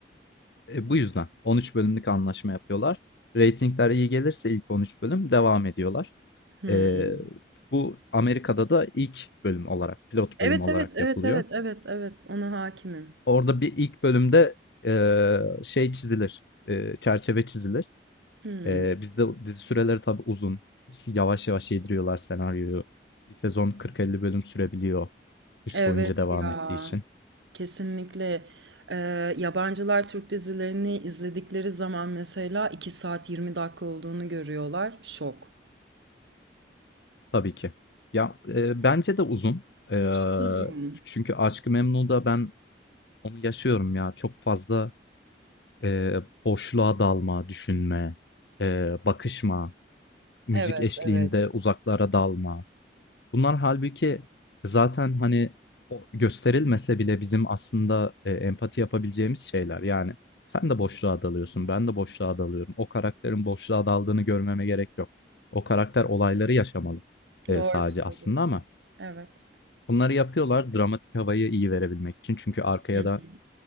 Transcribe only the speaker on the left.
E, bu yüzden 13 bölümlük anlaşma yapıyorlar. Ratingler iyi gelirse ilk 13 bölüm devam ediyorlar.
E, bu Amerika'da da ilk bölüm olarak, pilot
bölüm olarak
yapılıyor.
Orada bir ilk bölümde, eee, şey çizilir, eee, çerçeve çizilir.
Eee, bizde dizi süreleri tabii uzun. yavaş yavaş yediriyorlar senaryoyu. Bir sezon 40-50 bölüm sürebiliyor kış
boyunca devam
ettiği için.
Tabii ki. Ya, eee, bence de uzun. Eee,
çünkü Aşk-ı Memnu'da ben onu yaşıyorum ya. Çok fazla, eee, boşluğa dalma, düşünme, eee, bakışma, müzik
eşliğinde
uzaklara dalma. Bunlar halbuki zaten, hani, o gösterilmese bile bizim aslında, eee, empati yapabileceğimiz şeyler. Yani sen de boşluğa dalıyorsun, ben de boşluğa dalıyorum. O karakterin boşluğa daldığını görmeme gerek yok. O karakter olayları yaşamalı, eee,
sadece
aslında ama
bunları yapıyorlar dramatik havayı iyi verebilmek için. Çünkü arkaya
da